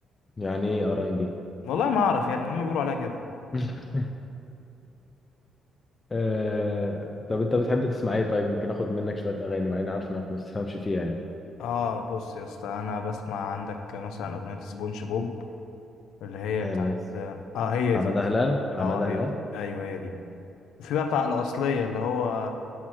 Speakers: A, on the left; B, on the left.
A: يعني ايه ار ان بي
B: والله ما اعرف يا ابني هم بيقولوا عليها كده
A: <laughs> آه... طب انت بتحب تسمع ايه طيب يمكن اخد منك شوية اغاني مع اني عارف انك ما بتفهمش فيها يعني
B: اه بص يا اسطى انا بسمع عندك مثلا اغنيه سبونج بوب اللي هي
A: انا
B: بتاعت
A: ناس
B: اه هي
A: حمادة
B: دي
A: هلال حمادة
B: اه هي
A: هلال
B: دي ايوه هي دي وفي بقى بتاع الاصليه اللي هو